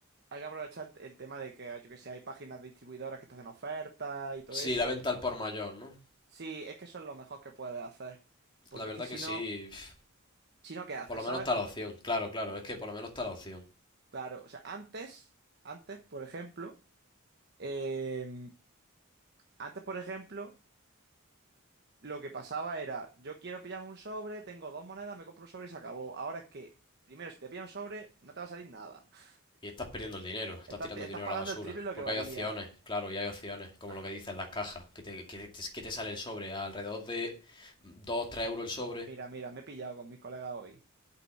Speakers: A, on the right; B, on the left.
A: Hay que aprovechar el, el tema de que, yo que sé, hay páginas distribuidoras que te hacen ofertas y todo
B: Sí,
A: eso.
B: la venta al por mayor, ¿no?
A: Sí, es que eso es lo mejor que puedes hacer. Porque
B: La verdad
A: es que si
B: que sí.
A: no,
B: pf,
A: si no, ¿qué haces,
B: Por lo menos
A: sabes?
B: está la opción. Claro, claro, es que por lo menos está la opción.
A: Claro, o sea, antes, antes, por ejemplo, em, antes, por ejemplo, lo que pasaba era, yo quiero pillarme un sobre, tengo dos monedas, me compro un sobre y se acabó. Ahora es que, primero, si te pillas un sobre, no te va a salir nada. <laughs>
B: Y estás perdiendo el dinero, estás
A: Estás,
B: tirando
A: estás
B: el dinero
A: pagando
B: a la basura.
A: el triple lo que
B: Porque
A: valía.
B: hay opciones, claro, y hay opciones, como
A: Claro.
B: lo que dicen las cajas, que te, que te- que te sale el sobre a alrededor de dos tres euros el sobre.
A: Mira, mira, me he pillado con mis colegas hoy.